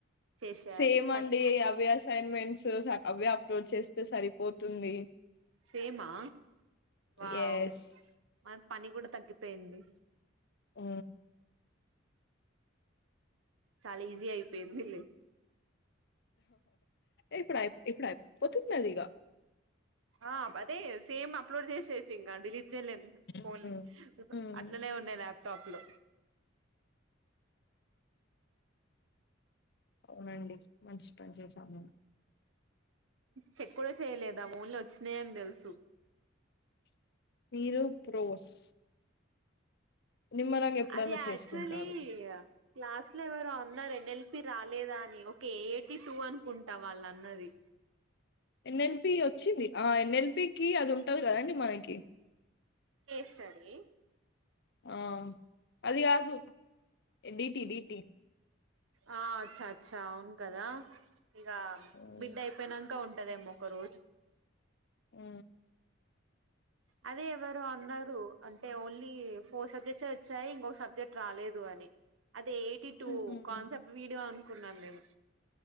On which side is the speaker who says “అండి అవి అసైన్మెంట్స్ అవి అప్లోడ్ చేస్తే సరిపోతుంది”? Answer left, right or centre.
Left